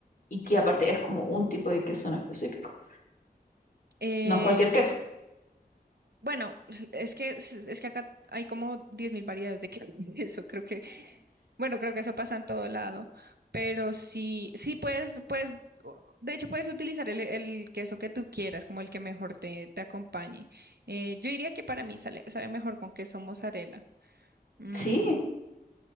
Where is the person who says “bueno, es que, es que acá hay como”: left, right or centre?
Right